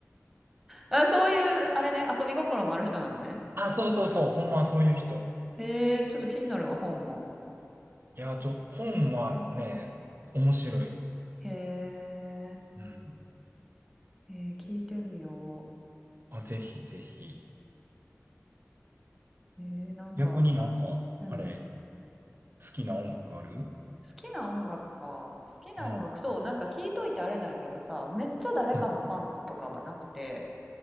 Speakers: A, in the centre; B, on the right.
A: あ、そういう、あれね、遊び心もある人なのね。
B: た。あ、そうそうそう。ほんまそういう人。
A: へえ、ちょっと気になるわ、本も。
B: いや、ちょ、本はね、面白い。
A: へえ、
B: うん。
A: えー、聞いてみよ
B: あ、ぜひぜひ。
A: う。えー、なんか、
B: 逆になんか、
A: うん。
B: あれ、好きな音楽ある
A: 好きな音楽か。好きな音楽、
B: うん。
A: そう、なんか聞いといてあれなんやけどさ、めっちゃ誰かのファンとかはなくて、
B: うん